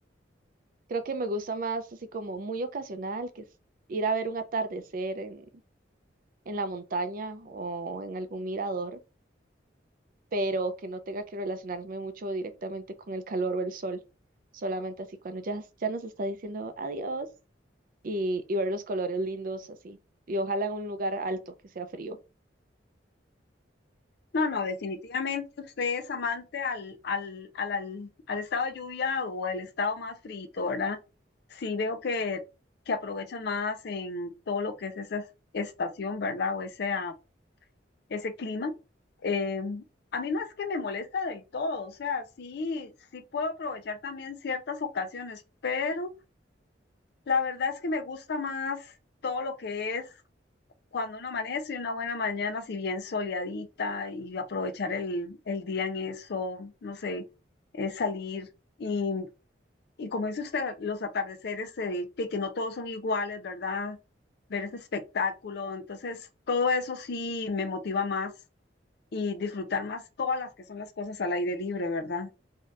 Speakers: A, on the right; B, on the left.
A: Creo que me gusta más así como muy ocasional, que es ir a ver un atardecer en, en la montaña o en algún mirador, pero que no tenga que relacionarme mucho directamente con el calor o el sol, solamente así cuando ya, ya nos está diciendo adiós. y, y ver los colores lindos así. Y ojalá en un lugar alto que sea frío.
B: No, no, definitivamente usted es amante al, al, al, al, al estado de lluvia o al estado más frito, ¿verdad? Sí veo que, que aprovechan más en todo lo que es esa estación, ¿verdad? O esa ese clima. Eh, a mí no es que me molesta del todo, o sea, sí, sí puedo aprovechar también ciertas ocasiones, pero la verdad es que me gusta más todo lo que es cuando uno amanece y una buena mañana, si bien soleadita, y aprovechar el, el día en eso, no sé, es salir y, y como dice usted, los atardeceres, eh, que que no todos son iguales, ¿verdad? Ver ese espectáculo, entonces todo eso sí me motiva más y disfrutar más todas las que son las cosas al aire libre, ¿verdad?